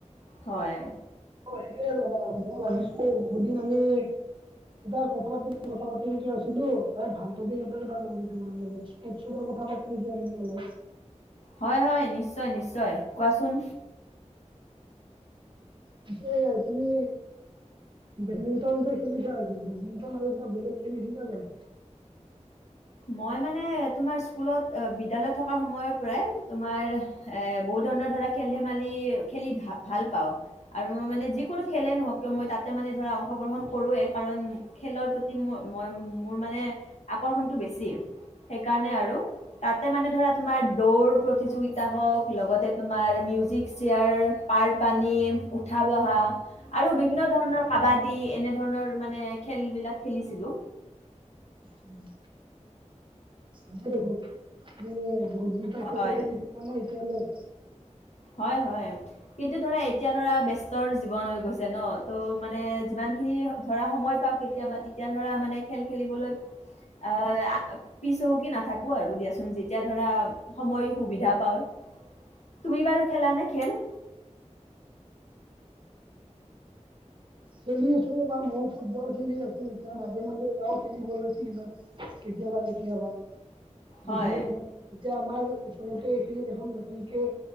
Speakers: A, on the left; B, on the right.
A: হয়।
B: সেয় ৰ'বা মইও ভাবিছো বহুত দিন আমি দুটাই কথা পাতিম কথা পাতিম কে আছিলো, এই ভাল টপিক এটাই পালোঁ আৰু তোমাৰ লগত। <unintelligible> কথা পাতো নেকি আমি অলপ?
A: হয়, হয়, নিশ্চয় নিশ্চয়, কোৱাচোন?
B: তাকে তুমি বেডমিণ্টন যে খেলিছা আজি, বেডমিন্টন আৰু কিবা বেলেগ খেলিছিলা জানো?
A: মই মানে তোমাৰ স্কুলত বিদ্যালয়ত থকা সময়ৰ পৰাই তোমাৰ এ বহুত ধৰণৰ ধৰা খেল ধেমালি খেলি ভা ভাল পাওঁ। আৰু মানে যিকোনো খেলে নহওঁক কিয়, মই তাতে মানে ধৰা অংশগ্ৰহণ কৰোৱেই, কাৰণ খেলৰ প্ৰতি মোৰ, মই মোৰ মানে আকৰ্ষণটো বেছি, সেইকাৰণে আৰু। তাতে মানে ধৰা তোমাৰ দৌৰ প্ৰতিযোগিতা হওঁক, লগতে তোমাৰ মিউজিক চেয়াৰ। পাৰ- পানী, উঠা -বহা। আৰু বিভিন্ন ধৰণৰ কাবাডী, এনে ধৰণৰ মানে খেল বিলাক খেলিছিলো।
B: উম'। হয়ে দেখোন, মানে বহুতকেইটা খেলে
A: হয়।
B: খেলিছোঁ মানে এতিয়ালৈ।
A: হয়, হয়, কিন্তু ধৰা এতিয়া। ধৰা ব্যস্তৰ জীৱন হৈ গৈছে ন, ত' মানে যিমান খিনি ধৰা সময় পাওঁ কেতিয়াবা কে এতিয়া ধৰা মানে খেল খেলিবলৈ। আ' পিছ হুহুকি নাথাকো আৰু দিয়াচোন, যেতিয়া ধৰা। সময় সুবিধা পাওঁ। তুমি বাৰু খেলানে খেল?
B: খেলি আছো, বা ময়ো ফুটবল খেলি আছো, এতিয়া মাজে মাজে যাওঁ খেলিবলৈ ফিল্ডত। কেতিয়াবা, কেতিয়াবা, গধূলি
A: হয়,
B: এতিয়া আমাৰ ওচৰতে এইখিনিত এখন নতুনকে।